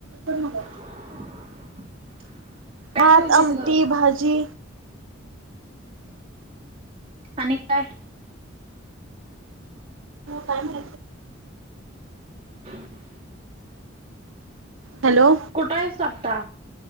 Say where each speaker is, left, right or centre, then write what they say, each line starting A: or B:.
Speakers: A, on the right; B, on the right.
A: करुन पहा.
B: <inaudible>
A: भात,
B: जेवलीस
A: आमटी,
B: ग
A: भाजी,
B: आणि काय?
A: कायम <inaudible>
B: हम <inaudible>
A: हॅलो.
B: कुठायस तु आता?